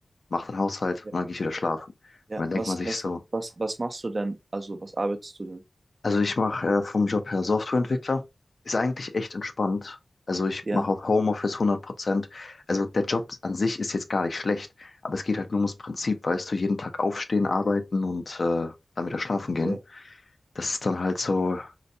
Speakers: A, on the left (about 55°); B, on the right (about 55°).
A: mache den Haushalt
B: ja,
A: und dann gehe ich wieder schlafen.
B: ja.
A: Und dann denkt
B: Was,
A: man sich
B: was,
A: so,
B: was, was machst du denn? Also, was arbeitest du denn?
A: Also ich mache äh, vom Job her Softwareentwickler. Ist eigentlich echt entspannt. Also ich
B: Ja.
A: mache auch Homeoffice 100%. Also der Job an sich ist jetzt gar nicht schlecht, aber es geht halt nur ums Prinzip, weißt du, jeden Tag aufstehen, arbeiten und äh, dann wieder schlafen gehen.
B: Ja,
A: Das ist dann halt so,